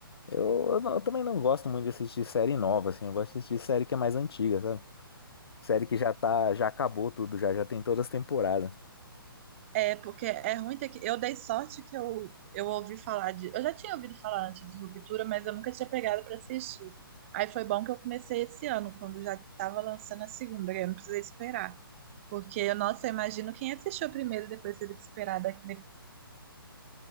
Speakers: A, on the left; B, on the right.
A: Eu, eu, não- eu também não gosto muito de assistir série nova, assim, eu gosto de assistir série que é mais antiga, sabe? Série que já tá, já acabou tudo, já, já tem todas as temporadas.
B: É, porque é ruim ter que. Eu dei sorte que eu, eu ouvi falar de. Eu já tinha ouvido falar antes de Ruptura, mas eu nunca tinha pegado pra assistir. Aí foi bom que eu comecei esse ano, quando já tava lançando a segunda, que eu não precisei esperar. Porque, nossa, eu imagino quem assistiu primeiro e depois teve que esperar daqui,